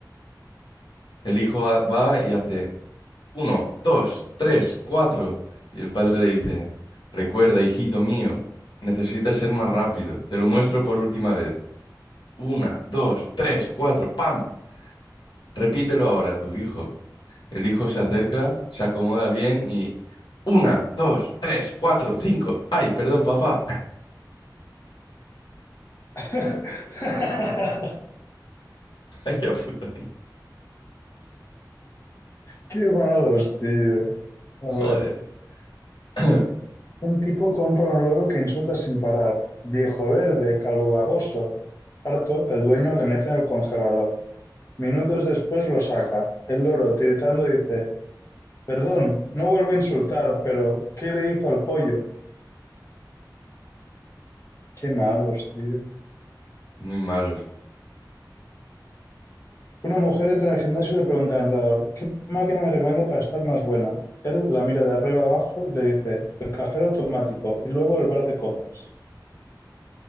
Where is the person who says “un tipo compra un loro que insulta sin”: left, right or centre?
Left